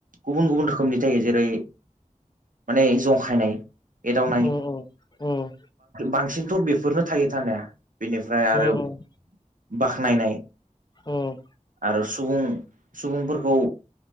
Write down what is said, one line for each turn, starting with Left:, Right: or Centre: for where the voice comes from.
Right: गुबुन गुबुन रोखोमनि जायो जेरै माने जंखायनाय एदावनाय
Left: उम उम
Right: बांसिनथ' बेफोरनो थायो थानाया बेनि फ्राय आरो
Left: उम उम
Right: बाख्नायनाय
Left: उम
Right: आरो सुबुं सुबुंफोरखौ